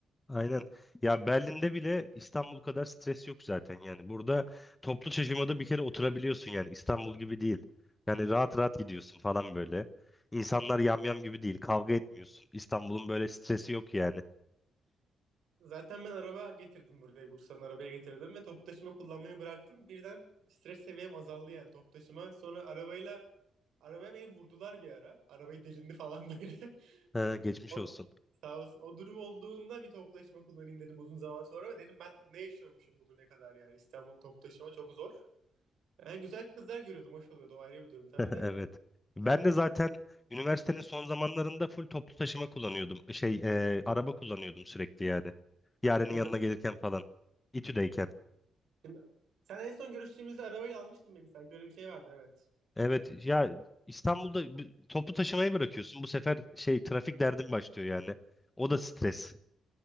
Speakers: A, on the left (about 15°); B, on the right (about 75°).
A: Aynen. Ya Berlin'de bile İstanbul kadar stres yok zaten yani. Burada toplu taşımada bir kere oturabiliyorsun yani İstanbul gibi değil. Yani rahat rahat gidiyorsun falan böyle. İnsanlar yamyam gibi değil. Kavga etmiyorsun. İstanbul'un böyle stresi yok yani.
B: Zaten ben araba getirdim buraya. Bursa'nın arabaya getirdim ve top taşıma kullanmayı bıraktım. Birden stres seviyem azaldı yani top taşıma. Sonra arabayla arabaya beni vurdular bir ara. Arabayı delindi falan böyle. <laughs>
A: Ha, geçmiş
B: O,
A: olsun. <laughs>
B: sağ olsun. O durum olduğunda bir top taşıma kullanayım dedim uzun zaman sonra. Ve Dedim ben ne yaşıyormuşum bugüne kadar yani İstanbul top taşıma çok zor. Yani güzel kızlar görüyordum. Hoş oluyordu. O ayrı bir durum tabii
A: Evet.
B: de.
A: Ben
B: Ee,
A: de zaten üniversitenin son zamanlarında full toplu taşıma kullanıyordum. Şey, e, araba kullanıyordum sürekli yani. Yarenin
B: seni
A: yanına
B: ara-
A: gelirken falan. İTÜ'deyken.
B: seni- sen en son görüştüğümüzde arabayla almıştın beni sanki. Öyle bir şey vardı evet.
A: Evet ya İstanbul'da bu- topu taşımayı bırakıyorsun. Bu sefer şey trafik derdin başlıyor yani. O da stres.